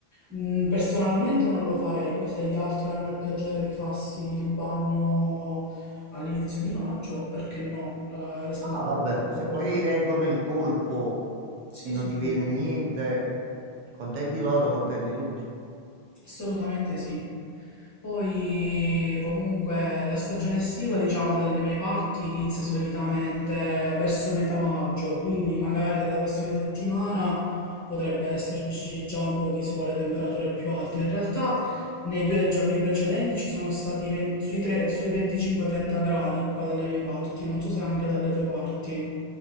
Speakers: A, on the left (about 20°); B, on the right (about 55°).
A: Mm, Personalmente non lo farei, poi se gli altri hanno il piacere di farsi il bagno All'inizio di maggio, perché no, la responsabilità
B: Ah, vabbè,
A: del
B: se
A: lavoro.
B: poi reggono il colpo
A: Sì,
B: e non
A: sì,
B: gli
A: sì,
B: viene
A: no,
B: niente, contenti loro, contenti tutti.
A: assolutamente sì. Poi comunque la stagione estiva, diciamo, dalle mie parti inizia solitamente verso metà maggio, quindi magari dalla prossima settimana potrebbe esserci già un po' di sole, temperature più alte. In realtà nei due giorni precedenti ci sono stati 20 sui, tre- sui 25-30 gradi qua dalle mie parti, non so se anche dalle tue parti.